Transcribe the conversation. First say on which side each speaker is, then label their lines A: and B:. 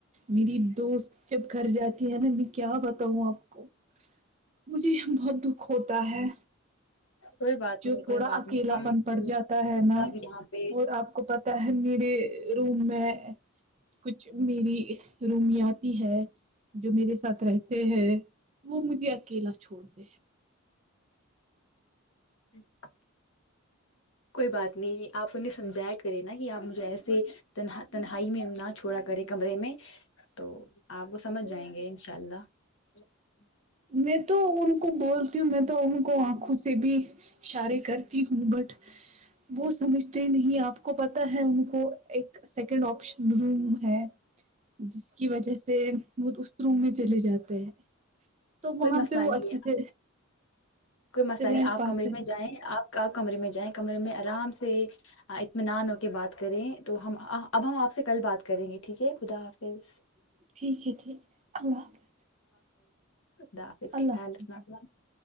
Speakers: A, on the right; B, on the left.
A: میری دوست جب گھر جاتی نا میں کیا بتاؤں آپ کو مجھے بہت دکھ ہو ہوتا ہے
B: کوئی بات
A: جو
B: نہیں
A: تھوڑا
B: کوئی بات
A: اکیلا
B: نہیں ہم
A: پن پڑ جاتا ہے نا
B: سب یہاں پہ
A: اور آپ کو پت ہے میرے روم میں کچھ میری رومیاتی ہے جو میرے ساتھ رہتے ہیں وہ مجھے اکیلا چھوڑتے ہیں
B: اچ <unintelligible> کوئی بات نہیں آپ انہیں سمجھایا کریں نا کہ آپ مجھے ایسے ت تنہائی میں نہ چھوڑا کرے کمرے میں تو آپ وہ سمجھ جائیں گے انشاء اللہ ہ <unintelligible>
A: میں تو ان کو بولتی ہوں میں تو ان کو آنکھوں سے بھی اشارے کرتی ہوں بٹ وہ سمجھتے نہیں آپ کو پتا ہے ان کو ایک سیکنڈ آپشن روم ہے جس کی وجہ سے وہ اس روم میں چل جاتا تو <unintelligible> تو
B: کوئی
A: وہاں
B: مسئلہ
A: پہ وہ
B: نہیں
A: اچھے
B: ہے
A: سے
B: کوئی مسئلہ
A: رہ
B: نہیں آپ
A: پاتے
B: کمرے میں جائیں آپ کمرے میں جائیں کمرے میں آرام سے اطمینان ہو کے بات کریں تو ہم اب ہم آپ سے کل بات کریں گے ٹھیک ہے خدا حافظ
A: ٹھیک ہے ٹھیک ہے اللہ حافظ
B: تولہاخظ
A: اللہ
B: خیال
A: حافظ
B: رکھنا